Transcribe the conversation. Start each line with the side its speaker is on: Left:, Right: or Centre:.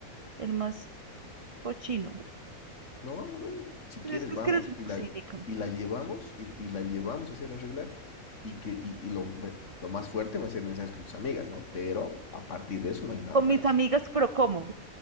Right: el más cochino,
Left: No, a ver, si
Right: pero
Left: quieres
Right: es que
Left: vamos
Right: es que eres un
Left: y la,
Right: cínico,
Left: y la llevamos y, y la llevamos a hacer arreglar y que y, y lo, lo más fuerte va a ser mensajes con tus amigas, ¿no? Pero a partir de eso no hay nada
Right: con
Left: más.
Right: mis amigas, pero ¿cómo?